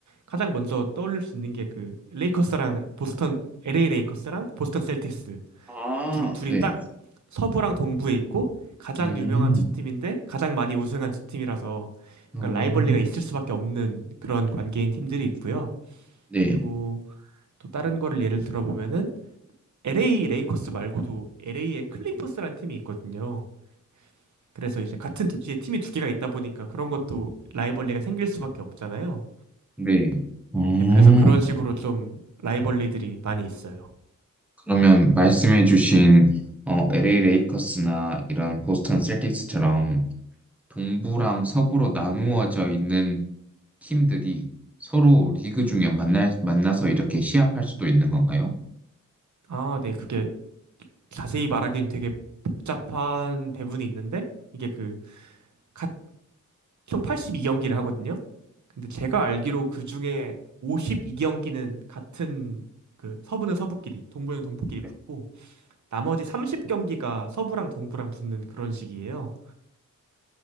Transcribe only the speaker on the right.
가장 먼저 떠올릴 수 있는 게 그, 레이커스랑 보스턴, LA 레이커스랑 보스턴 셀틱스.
둘이, 둘이
딱 서부랑 동부에 있고, 가장
유명한 두 팀인데, 가장 많이 우승한 두 팀이라서,
약간 라이벌리가 있을 수밖에 없는 그런 관계인 팀들이 있고요.
그리고 또 다른 거를 예를 들어보면은 LA 레이커스 말고도 LA의 클리퍼스라는 팀이 있거든요. 그래서 이제 같은 도시에 팀이 두 개가 있다 보니까 그런 것도 라이벌리가 생길 수밖에 없잖아요.
네, 그래서 그런 식으로 좀 라이벌리들이 많이 있어요.
아, 네, 그게 자세히 말하기엔 되게 복잡한 배분이 있는데 이게 그 각 총 82경기를 하거든요. 근데 제가 알기로 그 중에 52경기는 같은 그 서부는 서부끼리, 동부는 동부끼리
붙고 나머지 30경기가 서부랑 동부랑 붙는 그런 식이에요.